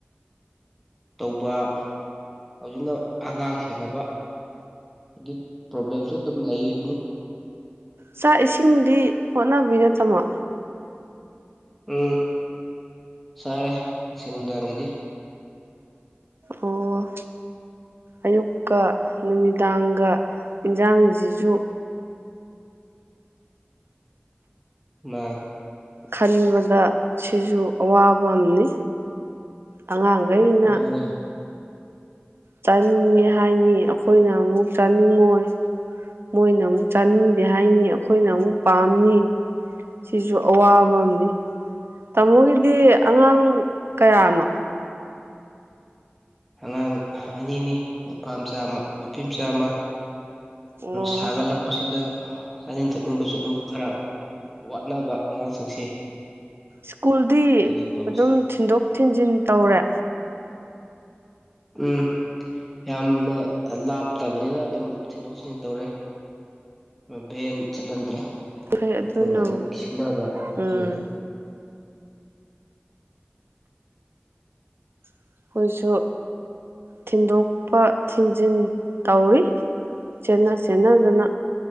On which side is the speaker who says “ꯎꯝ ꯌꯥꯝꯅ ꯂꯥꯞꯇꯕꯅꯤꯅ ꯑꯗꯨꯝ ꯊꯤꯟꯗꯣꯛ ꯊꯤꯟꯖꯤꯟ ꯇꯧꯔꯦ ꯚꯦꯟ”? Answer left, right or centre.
Centre